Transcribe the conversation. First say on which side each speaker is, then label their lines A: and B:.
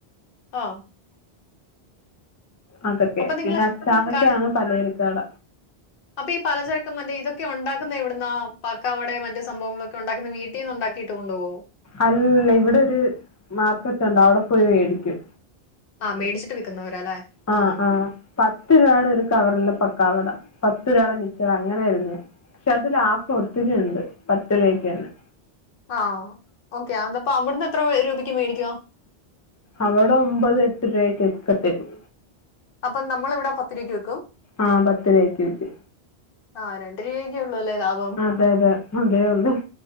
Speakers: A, on the left; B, on the left.
A: ആ
B: അതൊക്കെ
A: അപ്പൊ നിങ്ങള്
B: പിന്നെ അച്ചാമയ്ക്കാണ്
A: കട
B: പലയിരക്കട
A: അപ്പൊ ഈ പലചരക്കും മറ്റേ ഇതൊക്കെ ഉണ്ടാക്കുന്ന എവിടുന്ന പക്കാവിടെ മറ്റ സംഭവങ്ങളൊക്കെ ഉണ്ടാക്കുന്ന വീ ട്ടീന്ന്ണ്ടാക്കയിട്ട് കൊണ്ടോവൊ
B: അല്ല ഇവിടൊരു മാർക്കറ്റ് ഉണ്ട് അവടെ പോയി മേടിക്കും
A: ആഹ് മേടിച്ചിട്ട് വിക്കുന്നവരാ അല്ലേ?
B: ആ
A: ആഹ്
B: ആ പത്ത് രൂവാടെ ഒരു കവറില പക്കാവടാ പത്ത് രൂവാടെ മിച്ചർ അങ്ങനെ വരുന്നെ പക്ഷെ അതിലാഫ് ഒത്തിരി ഉണ്ട് പത്ത് രൂവയ്ക്കന്നെ
A: ആ ഓക്കെ അന്നപ്പ അവിടുന്ന് എത്ര രൂപയ്ക്ക് മേടിക്ക
B: അവടെ ഒമ്പത് എട്ട് രൂവായ്ക്ക് ക്കെത്തരും
A: അപ്പൊ നമ്മളിവടെ പത്തുരൂവയ്ക്ക്‌ വിക്കും
B: ആ പത്തു രൂവയ്ക്ക്‌ വിക്കും
A: ആ രണ്ടുരൂവക്കൊള്ളൂല്ലേ ലാബം
B: അതെ അതെ അതേള്ളു